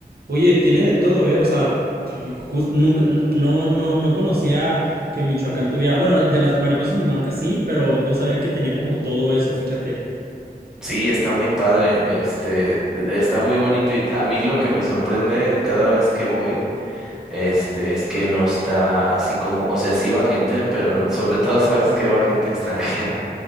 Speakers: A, on the right; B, in the centre.
A: Oye, tiene de todo, ¿eh? O sea, jus- nunca, no, no, no conocía que Michoacán tuviera. Bueno, de las mariposas monarcas sí, pero no sabía que tenía como todo eso, fíjate.
B: Sí, está muy padre, este, está muy bonito y a mí lo que me sorprende cada vez que voy Este, es que no está así como, o sea, sí va gente, pero no, sobre todo sabes que va gente <laughs> extranjera,